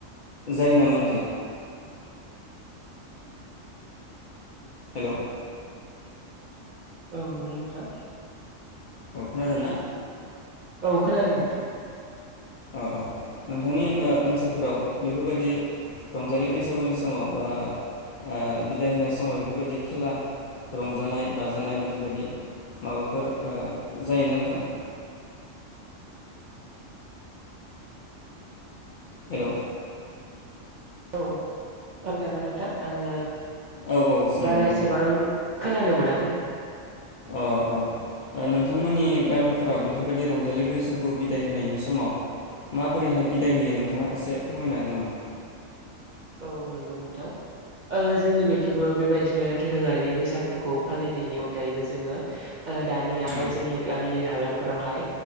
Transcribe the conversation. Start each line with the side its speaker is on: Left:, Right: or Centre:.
Left: जायो नामा नोंथां? हेल'
Right: औ नंगौ नोंथां।
Left: अ खोनादोंना?
Right: औ खोनादों नोंथां।
Left: अ अ नोंथांनि ओ ओनसोलफोराव बेफोरबादि रंजालि बैसागुनि समाव बा ओ बिदाय होनाय समाव बेफोरबायदि खेला रंजानाय बाजानाय बेफोरबायदि माबाफोर ओ जायोना नोंथां? <unintelligible> हेल'
Right: औ <unintelligible> नामा नोंथां आङो
Left: औ औ सोंदोंमोन
Right: बारा एसेबां
Left: आं।
Right: खोनानो मोनाखै नोंथां।
Left: अ अ ओ नोंथांमोननि गामिफोराव बेफोरबायदि रंजालि बैसागु बिदाय होनायनि समाव माबोरैहाय बिदाय होयो नोंथाङा एसे फोरमायनो हागोन नामा?
Right: औ नंगौ नोंथां। ओ जोंनि बेखिबो बेबायदिनो दोरोङारि बैसागुखौ फालिनायनि अनगायैबो जोङो ओ दानियाहाय
Left: औ
Right: जोंनि गामि हालामफोरावहाय